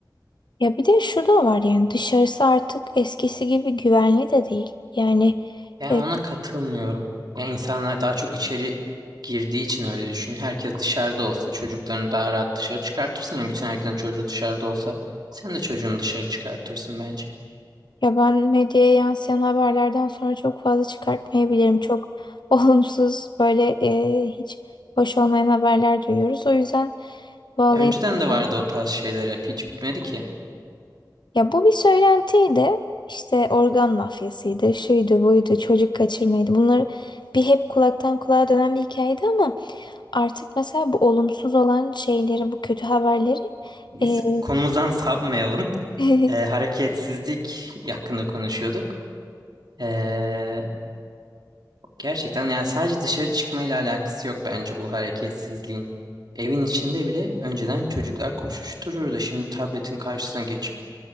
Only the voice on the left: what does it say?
Ya bir de şu da var yani dışarısı artık eskisi gibi güvenli de değil. Yani
e,
Ya ben medyaya yansıyan haberlerden sonra çok fazla çıkartmayabilirim. Çok <laughs> olumsuz böyle e, hiç hoş olmayan haberler duyuyoruz. O yüzden bu olayın
beni-
ya bu bir söylentiydi. İşte organ mafyasıydı, şuydu, buydu, çocuk kaçırmaydı. Bunlar bir hep kulaktan kulağa dönen bir hikayeydi ama artık mesela bu olumsuz olan şeyleri, bu kötü haberleri
e,
<laughs>